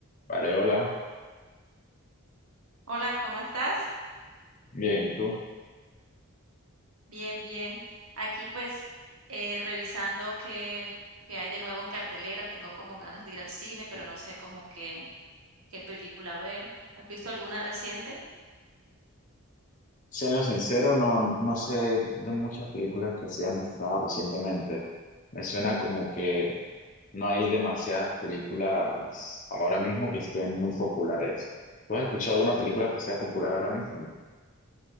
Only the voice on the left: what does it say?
Vale, hola.
Bien, ¿y tú?
Siendo sincero, no, no sé de muchas películas que se han estrenado recientemente. Me suena como que no hay demasiadas películas ahora mismo que estén muy populares. ¿Tú has escuchado alguna película que sea popular ahora mismo?